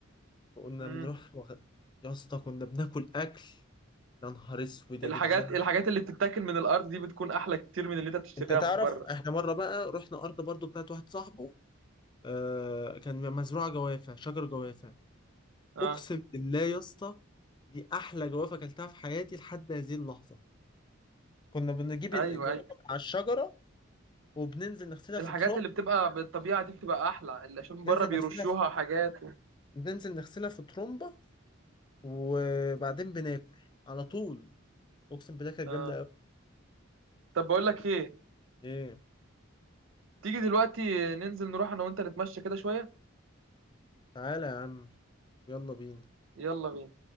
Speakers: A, on the left; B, on the right.
A: كنا
B: مم.
A: بنروح واخد يا اسطى كنا بناكل اكل يا نهار اسود يا
B: الحاجات
A: جدعان
B: الحاجات اللي بتتاكل من الارض دي بتكون احلى كتير من اللي انت بتشتريها
A: انت تعرف
B: من بره
A: احنا مره بقى رحنا ارض برضو بتاعت واحد صاحبه آه كان مزروعه جوافه شجر جوافه
B: اه
A: اقسم بالله يا اسطى دي احلى جوافه اكلتها في حياتي لحد هذه اللحظه كنا بنجيب
B: ايوه
A: الجوافه
B: ايوه
A: من على الشجره وبننزل نغسلها
B: الحاجات
A: في ترمب
B: اللي بتبقى بالطبيعه دي بتبقى احلى اللي عشان بره
A: ننزل
B: بيرشوها
A: نغسلها في
B: حاجات و...
A: بننزل نغسلها في ترمبه وبعدين بناكل على طول اقسم بالله كانت
B: اه
A: جامده قوي
B: طب بقول لك ايه
A: ايه
B: تيجي دلوقتي ننزل نروح انا وانت نتمشى كده شوية
A: تعالى يا عم يلا بينا
B: يلا بينا